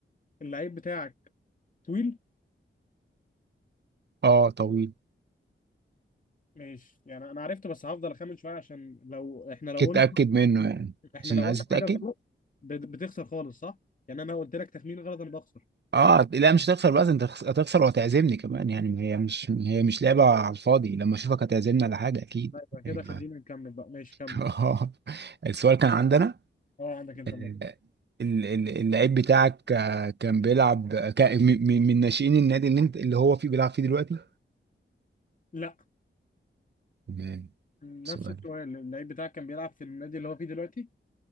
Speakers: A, on the left; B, on the right.
A: اللعيب بتاعك طويل
B: اه طويل
A: ماشي يعني انا عرفته بس هفضل اخمن شويه عشان لو احنا لو
B: كنت
A: قلنا
B: اتاكد منه يعني
A: احنا
B: عشان
A: لو قلنا
B: عايز اتاكد
A: حاجه غلط بت- بتخسر خالص صح؟ يعني انا قلت لك تخمين غلط انا بخسر
B: اه لا مش هتخسر بقى انت هتخس- هتخسر وهتعزمني كمان يعني هي مش هي مش لعبة على الفاضي لما اشوفك هتعزمني على حاجة اكيد
A: لا، يبقى كده
B: يعني.
A: خلينا نكمل بقى ماشي كمل
B: <laughs> آه. السؤال كان عندنا
A: اه عندك انت
B: آه،
A: الموضوع
B: ال- ال- اللعيب بتاعك آه، كان بيلعب آه، كان م- م- من ناشئين النادي اللي انت اللي هو فيه بيلعب فيه دلوقتي
A: لا
B: تمام
A: نفس
B: سؤال
A: السؤال اللعيب بتاعك كان بيلعب في النادي اللي هو فيه دلوقتي؟